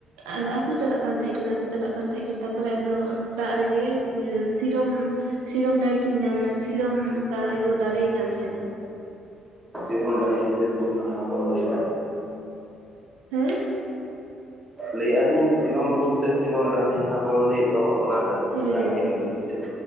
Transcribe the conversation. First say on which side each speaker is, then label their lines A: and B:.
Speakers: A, on the right; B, on the right.
A: ᱟᱫᱚ ᱟ ᱟᱹᱛᱩ ᱪᱟᱞᱟᱜ ᱠᱟᱱ ᱛᱟᱸᱦᱮᱜ ᱠᱤᱱ, ᱟᱹᱛᱩ ᱪᱟᱞᱟᱜ ᱠᱟᱱ ᱛᱟᱸᱦᱮ ᱠᱤᱱ ᱟᱹᱛᱩ ᱪᱟᱞᱟᱜ ᱠᱟᱱ ᱛᱟᱸᱦᱮᱫ ᱠᱤᱱ ᱛᱟᱨᱯᱚᱨᱮ ᱟᱫᱚ ᱫᱟᱜ ᱨᱮᱜᱮ ᱤᱭᱟᱹ ᱥᱤᱨᱚᱢ ᱥᱤᱨᱚᱢ ᱱᱟᱹᱲᱤᱠᱤᱱ ᱧᱟᱢ ᱢᱟᱱᱮ ᱥᱤᱨᱚᱢ ᱚᱱᱠᱟ ᱤᱭᱟᱹ ᱫᱟᱨᱮᱭ ᱟᱠᱟᱱ ᱛᱟᱸᱦᱮᱱᱟ।
B: <unintelligible> ᱫᱚ ᱡᱟᱸᱦᱟ ᱵᱚᱱ ᱞᱟᱹᱭ-ᱟ,
A: ᱦᱮᱸ,
B: ᱞᱟᱹᱭᱮᱫᱼᱟ ᱞᱤᱧ ᱥᱤᱨᱚᱢ ᱫᱷᱩᱛ ᱥᱮ ᱥᱤᱨᱚᱢ ᱫᱟᱸᱫᱷᱤ ᱡᱟᱸᱦᱟ ᱵᱚᱱ ᱞᱟᱹᱭᱮᱫ ᱫᱚ ᱚᱱᱟ ᱟᱨᱠᱤ᱾
A: ᱦᱳᱭ
B: ᱧᱟᱢ
A: ᱦᱳᱭ
B: ᱠᱮᱜ ᱟ ᱠᱤᱱ ᱥᱮ ᱪᱮᱛ?